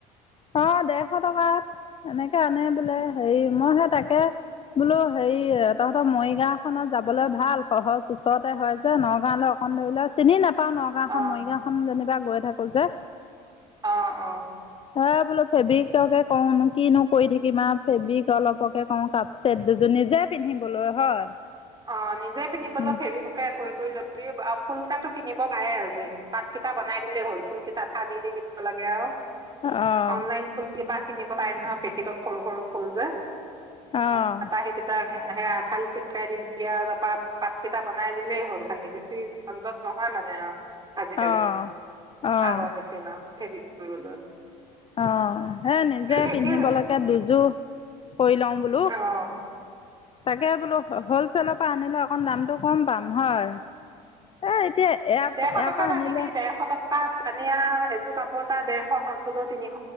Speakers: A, on the left; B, on the right.
A: অ দেৰশ টকাত এনেকে আনে বোলে হেৰি মই সেই তাকে বোলো হেৰি তহঁতৰ মৰিগাঁও ত যাবলৈ ভাল সহজ ওচৰতে হয় যে নগাঁওলৈ অকণ ধৰিলেও চিনি নাপায় পা নগাঁওখন
B: অ
A: মৰিগাঁও খন যেনিবা গৈ থাকো যে
B: অ অ
A: হয় বোলো ফেব্ৰিককে কৰো নেকি কৰি থাকিম ফেব্ৰিক অলপকে কও কাপচেট দুজনী যে পিন্ধিবলৈ হয়
B: অ নিজে পিন্ধিবলৈ
A: উম
B: ফেব্ৰিককে কৰি কৰি ল এই আ ফুল্টা কিনিব পাৰে আজি পাতকেইটা বনাই দিলেই হ'ল ফুল কেইটা আঠা দি দি দিব লাগে আৰু
A: অঁ
B: অনলাইন ফুল কেইপাহ কিনিব পাৰে নহয় পেকেটত সৰু সৰু ফুল যে উম
A: অঁ
B: তাৰপা সেইকেইটা আনি হে আঠা দি চিপকাই দি এতিয়া তাৰপা পাতকেইটা বনাই দিলেই হ'ল খালি বেছি যনজট নহয় মানে আৰু আজিকালি
A: অঁ অঁ
B: আগৰ নিচিনা ফেব্ৰিক কৰিবলৈ
A: অ হেই নিজে
B: সেইখিন
A: পিন্ধিবলেকে দুযোৰ কৰি লও বোলো
B: অঁ
A: তাকে বোলো হ'ল চেলৰ পৰা আনিলে অকণ দামটো কম পাম হয় এই এতিয়া ইয়াৰ
B: দেৰশ
A: ইয়াৰ
B: টকা
A: পৰা আনিলে
B: আনিবি ডেৰশ টকা পাচ এযোৰ কাপোৰ এটা ডেৰশ সচ গলেও তিনিশ